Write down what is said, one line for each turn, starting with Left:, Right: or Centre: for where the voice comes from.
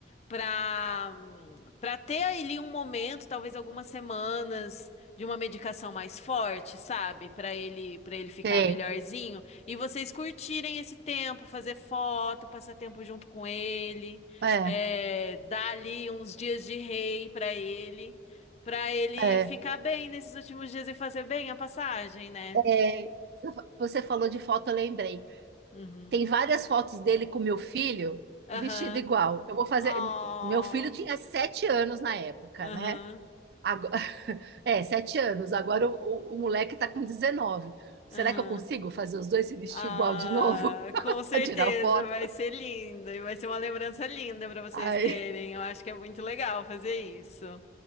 Left: para para ter ali um momento, talvez algumas semanas de uma medicação mais forte, sabe? Para ele para ele ficar
Right: Sei.
Left: melhorzinho e vocês curtirem esse tempo, fazer foto, passar tempo junto com ele,
Right: É,
Left: é, dar ali uns dias de rei para ele, para ele
Right: é.
Left: ficar bem nesses últimos dias e fazer bem a passagem, né?
Right: É, você falou de foto, eu lembrei.
Left: Uhum.
Right: Tem várias fotos dele com meu filho
Left: Aham.
Right: vestido igual. Eu vou fazer.
Left: Ó.
Right: Meu filho tinha sete anos na época,
Left: Aham.
Right: né? Agora- <laughs> É, sete anos. Agora o, o- o moleque tá com 19. Será
Left: Aham.
Right: que eu consigo fazer os dois se vestir
Left: Ah,
Right: igual de novo <laughs>
Left: com certeza
Right: para tirar foto?
Left: vai ser lindo e vai ser uma lembrança linda para vocês
Right: Ai,
Left: terem. Eu acho que é muito legal fazer isso.